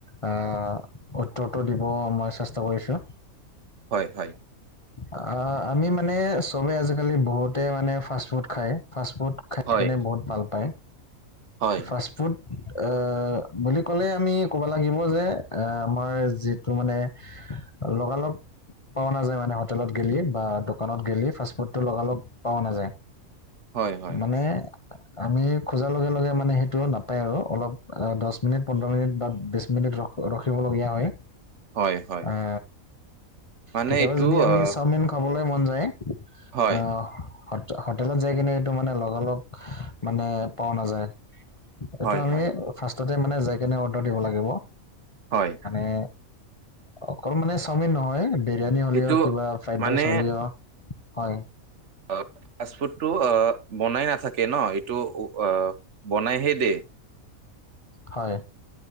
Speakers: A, on the left (about 35°); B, on the right (about 60°).
A: আহ উত্তৰটো দিব মই চেষ্টা কৰিছোঁ
B: হয় হয়।
A: অ আমি মানে চবে আজিকালি বহুতে মানে ফাষ্ট ফুড খায় ফাষ্টফুড খাই
B: হয়
A: কেনে বহুত ভাল পায়।
B: হয়
A: ফাষ্টফুড অ বুলি ক'লে আমি ক'ব লাগিব যে এ আমাৰ যিটো মানে লগালগ পোৱা নাযায় মানে হোটেলত গেলি বা ডক- দোকানত গেলি ফাষ্টফুডটো লগালগ পাৱা নাযায়
B: হয় হয়
A: মানে আমি খোজাৰ লগে লগে মানে সেইটো নাপায় আৰু অলপ দছ মিনিট পোন্ধৰ মিনিট বা বিশ মিনিট ৰখ- ৰখিবলগীয়া হয়।
B: হয় হয়।
A: অ।
B: মানে
A: কেতিয়াবা
B: এইটো
A: যদি আমি
B: আহ
A: চাওমিন খাবলৈ মন যায়।
B: হয়
A: আহ হট- হোটেলত যাই কিনে এইটো মানে লগালগ মানে পৱা নাযায়। এইটো
B: হয়
A: আমি
B: হয়
A: ফাৰ্ষ্টতে মানে যাই কেনে অৰ্ডাৰ দিব লাগিব।
B: হয়।
A: এ অকল মানে চাওমিন নহয়, বেৰিয়ানী হ'লেও
B: এইটো
A: কিবা ফ্ৰাইড
B: মানে
A: ৰাইচ হ'লিয় হয়।
B: আপ ফাষ্ট ফুডটো আ বনাই নাথাকে ন এইটো অ আ বনাইহে দে।
A: হয়।